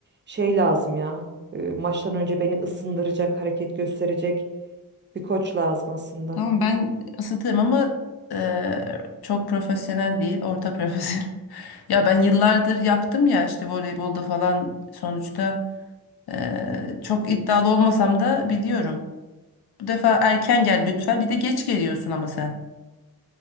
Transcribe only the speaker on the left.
Tamam ben Isıtırım ama e, çok profesyonel değil, orta profesyonel. <laughs> Ya ben yıllardır yaptım ya işte voleybolda falan sonuçta e, çok iddialı olmasam da biliyorum. Bu defa erken gel lütfen. Bir de geç geliyorsun ama sen.